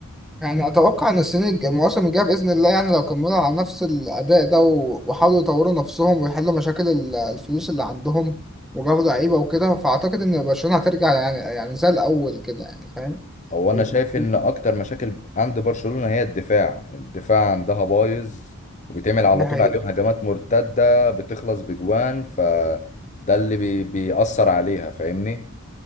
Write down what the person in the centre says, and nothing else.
يعني اتوقع ان السنين الج- المواسم الجايه باذن الله يعني لو كملوا على نفس الاداء ده و- وحاولوا يطوروا نفسهم ويحلوا مشاكل ال- الفلوس اللي عندهم وجابوا لعيبه وكده فاعتقد ان برشلونه هترجع يعني يعني زي الاول كده يعني فاهم
وب-
دي حقيقه